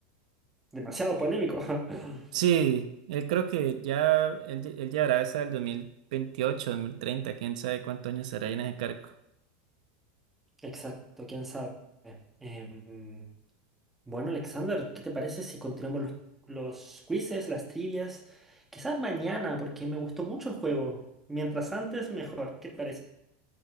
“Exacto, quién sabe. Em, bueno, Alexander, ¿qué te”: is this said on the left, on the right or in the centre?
Centre